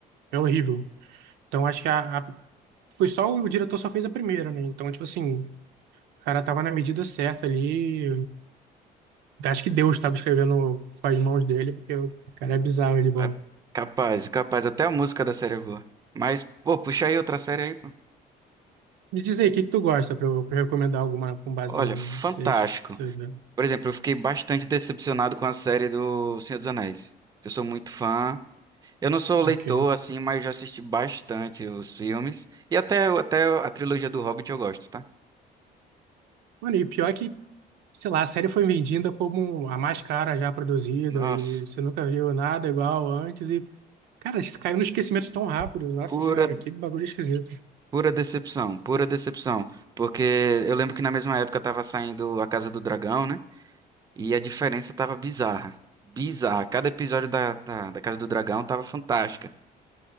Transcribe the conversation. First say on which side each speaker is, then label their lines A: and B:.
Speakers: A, on the right (about 80°); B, on the right (about 20°).
A: É, é horrível. Então acho que a, a- foi só o diretor só fez a primeira, né? Então, tipo assim, o cara tava na medida certa ali. Acho que Deus estava escrevendo com as mãos dele, porque o cara é bizarro de bom.
B: É, Capaz, capaz, até a música da série é boa. Mas, pô, puxa aí outra série aí, pô.
A: Me diz aí, o que que tu gosta pra eu, pra eu recomendar alguma com base
B: Olha,
A: no,
B: fantástico.
A: no que vocês, você vê?
B: Por exemplo, eu fiquei bastante decepcionado com a série do Senhor dos Anéis. Eu sou muito fã. Eu não sou leitor,
A: Ok.
B: assim, mas já assisti bastante os filmes. E até, até a trilogia do Hobbit eu gosto, tá?
A: Mano, e pior que sei lá, a série foi vendida como a mais cara já produzida
B: Nossa,
A: e você nunca viu nada igual antes e, cara, isso caiu no esquecimento tão rápido. Nossa
B: pura,
A: senhora, que bagulho esquisito.
B: pura decepção, pura decepção. Porque eu lembro que na mesma época tava saindo A Casa do Dragão, né? E a diferença tava bizarra. Bizarra. Cada episódio da, da, da Casa do Dragão tava fantástica.